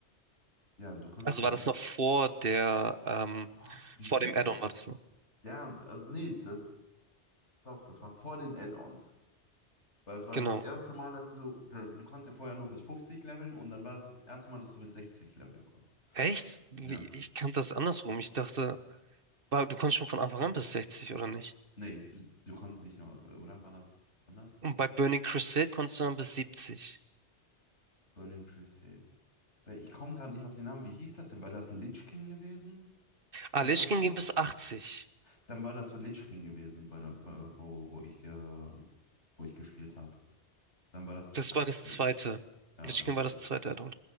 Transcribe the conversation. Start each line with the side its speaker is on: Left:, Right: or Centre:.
Left: ja, du konntest
Right: Also
Left: ja.
Right: war das noch vor der, ähm,
Left: Boah, wie
Right: vor
Left: hieß
Right: dem Add-on
Left: das?
Right: war das noch.
Left: Ja, also nee, das doch, das war vor den Add-ons. Weil es war
Right: Genau.
Left: das erste Mal, dass du, so, da- du konntest ja vorher nur bis 50 leveln und dann war es das erste Mal, dass du bis sechzig leveln konntest.
Right: Echt? Wie-
Left: Ja.
Right: Ich kannte das andersrum. Ich dachte, wa- du konntest schon von Anfang an bis 60, oder nicht?
Left: Nee, du, du konntest nicht nur, oder war das andersrum?
Right: Und bei Burning Crusade konntest du dann bis 70.
Left: Burning Crusade. Weil Ich komme gerade nicht auf den Namen. Wie hieß das denn? War das Lich King gewesen?
Right: Ah,
Left: Das
Right: Lich
Left: davor?
Right: King ging bis 80.
Left: Dann war das Lich King gewesen, bei der, bei- wo, wo ich, ge, wo ich gespielt habe. Dann war das bis
Right: Das
Left: 80.
Right: war das zweite.
Left: Ja,
Right: Lich King
Left: okay.
Right: war das zweite Addon.